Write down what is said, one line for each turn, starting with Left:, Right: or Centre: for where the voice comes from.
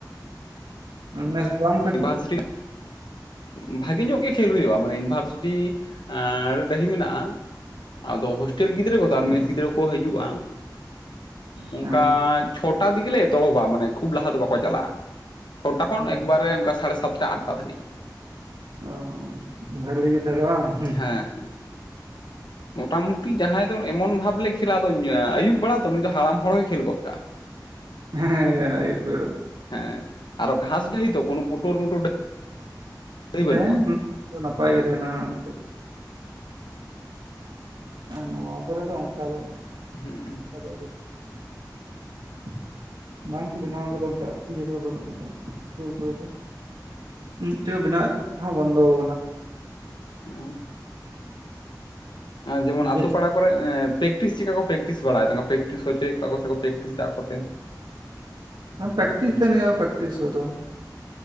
Right: ᱱᱮᱥ ᱵᱟᱝ ᱯᱮ,
Left: ᱢᱟᱱᱮ ᱵᱷᱟᱜᱮ ᱧᱚᱜ ᱜᱮ ᱠᱷᱮᱞ ᱦᱩᱭᱩᱜᱼᱟ, ᱢᱟᱱᱮ ᱤᱸᱵᱷᱟᱨ ᱥᱮᱴᱤ, ᱟᱨ ᱰᱟᱹᱦᱤ ᱢᱮᱱᱟᱜᱼᱟ ᱾ ᱟᱫᱚ ᱦᱳᱥᱴᱮᱞ ᱜᱤᱫᱽᱨᱟᱹ ᱠᱚᱫᱚ ᱟᱨ
Right: ᱦᱩᱸ
Left: ᱢᱮᱥ ᱜᱤᱫᱽᱨᱟᱹ ᱠᱚ ᱠᱚ ᱦᱤᱡᱩᱜᱼᱟ, ᱚᱝᱠᱟ
Right: ᱦᱮᱸ
Left: ᱪᱷᱚᱴᱟ ᱫᱤᱠ ᱞᱮ ᱮᱛᱚᱦᱚᱵᱟ, ᱢᱟᱱᱮ ᱠᱷᱩᱵ ᱞᱟᱦᱟ ᱫᱚ ᱵᱟᱠᱚ ᱪᱟᱞᱟᱜᱼᱟ ᱾ ᱪᱷᱚᱴᱟ ᱠᱷᱚᱱ
Right: ᱦᱩᱸ,
Left: ᱮᱠ ᱚᱱᱠᱟ ᱥᱟᱲᱮ ᱥᱟᱛᱴᱟ ᱟᱴᱴᱟ ᱫᱷᱟᱹᱵᱤᱡ᱾
Right: <unintelligible>
Left: ᱦᱮᱸ ᱢᱚᱴᱟ ᱢᱩᱴᱤ ᱡᱟᱦᱟᱸᱭ ᱫᱚ ᱮᱢᱚᱱ ᱵᱷᱟᱵ ᱞᱮ ᱠᱷᱮᱞᱟ ᱫᱩᱹᱧ ᱟᱹᱭᱩᱵ ᱵᱮᱲᱟ ᱫᱚ ᱩᱱᱤ ᱫᱚ ᱦᱟᱲᱟᱢ ᱦᱚᱲᱜᱮᱭ ᱠᱷᱮᱞ ᱜᱚᱫ ᱠᱟᱜᱼᱟ ᱾
Right: ᱦᱮᱸ ᱟᱭᱩᱵ ᱵᱮᱲ
Left: ᱦᱮᱸ ᱟᱫᱚ ᱜᱷᱟᱥ ᱰᱤᱦᱤ ᱛᱚ ᱯᱩᱴᱩᱨ ᱢᱩᱴᱩᱨ ᱰᱟᱹᱦᱤ ᱵᱟᱹᱱᱩᱜᱼᱟ
Right: ᱦᱮᱸ ᱫᱚ ᱱᱟᱯᱟᱭ ᱜᱮ ᱛᱟᱦᱮᱱᱟ ᱾ ᱟᱨ ᱱᱚᱣᱟ ᱠᱚᱨᱮ ᱫᱚ ᱚᱱᱠᱟ ᱫᱚ,
Left: ᱦᱩᱸ
Right: <inaudible> ᱵᱟᱝ ᱠᱚ ᱵᱮᱱᱟᱣ ᱠᱟᱫᱟ, ᱚᱱᱠᱟ ᱤᱭᱟᱹ ᱠᱚᱫᱚ ᱵᱟᱹᱱᱩᱜ ᱠᱟᱫᱟ ᱥᱩᱨ ᱠᱚᱨᱮ ᱫᱚ ᱢᱤᱫ ᱛᱮᱱ ᱠᱚ ᱵᱮᱱᱟᱣ ᱮ ᱛᱟᱦᱮᱸᱱᱟ ᱚᱱᱟ ᱦᱚᱸ ᱵᱚᱱᱫᱚ ᱟᱠᱟᱱᱟ ᱾
Left: <unintelligible> ᱡᱮᱢᱚᱱ ᱟᱛᱳ
Right: ᱡᱮ
Left: ᱯᱟᱲᱟ, ᱯᱮᱠᱴᱤᱥ ᱪᱮᱠᱟ ᱠᱚ ᱯᱨᱮᱠᱴᱤᱥ ᱵᱟᱲᱟᱭᱮᱫᱟ ᱯᱮᱠᱴᱤᱥ ᱦᱚᱪᱚᱭᱮᱫ ᱠᱚᱣᱟ ᱥᱮ ᱯᱨᱮᱠᱴᱤᱥ ᱫᱟ ᱟᱠᱚᱛᱮ?
Right: ᱯᱮᱠᱴᱤᱥ ᱛᱟᱦᱮ ᱱᱤᱭᱟᱹ ᱯᱮᱠᱴᱤᱥ ᱠᱚᱫᱚ